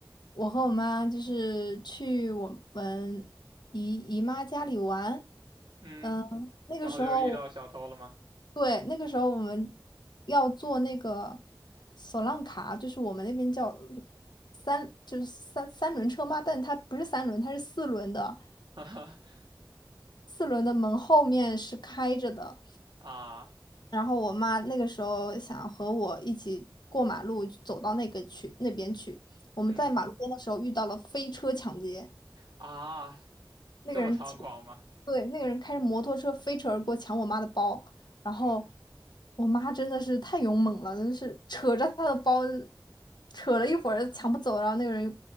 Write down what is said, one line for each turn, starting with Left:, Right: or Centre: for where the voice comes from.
Left: 我和我妈就是去我们姨姨妈家里玩，
Right: 嗯，
Left: 嗯，那个时候，
Right: 然后就遇到小偷了吗？
Left: 对，那个时候我们要坐那个索浪卡，就是我们那边叫三，就是三三轮车嘛，但它不是三轮，它是四轮的，
Right: <laughs>
Left: 四轮的门后面是开着的。
Right: 啊，
Left: 然后我妈那个时候想和我一起过马路，走到那个去那边去。我们在马路边的时候遇到了飞车抢劫，
Right: 嗯啊，
Left: 那个人骑
Right: 这么猖狂吗？
Left: 对，那个人开着摩托车飞驰而过，抢我妈的包。然后
Right: 嗯。
Left: 我妈真的是太勇猛了，真是扯着她的包，扯了一会儿抢不走，然后那个人又